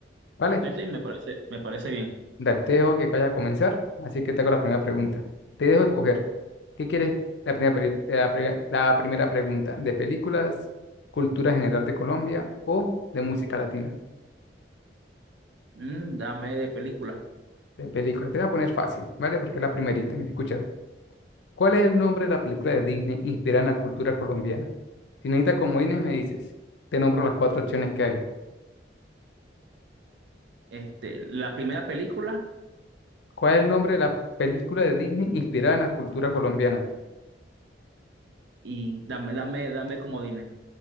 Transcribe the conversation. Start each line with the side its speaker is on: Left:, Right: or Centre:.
Left: ¿Vale?
Right: Sí, sí, me parece, me parece bien.
Left: Dale, te dejo que vaya a comenzar, así que te hago la primera pregunta. Te dejo escoger. ¿Qué quieres? La primera, peli- la, pri- la primera pregunta, ¿de películas, cultura general de Colombia o de música latina?
Right: Mm, dame de película.
Left: De películas. Te voy a poner fácil, ¿vale? Porque es la primerita, mira, escúchala. ¿Cuál es el nombre de la película de Disney inspirada en la cultura colombiana? Si necesitas comodines, me dices. Te nombro las cuatro opciones que hay.
Right: Este, la primera película
Left: ¿Cuál es el nombre de la película de Disney inspirada en la cultura colombiana?
Right: y dame, dame, dame comodines.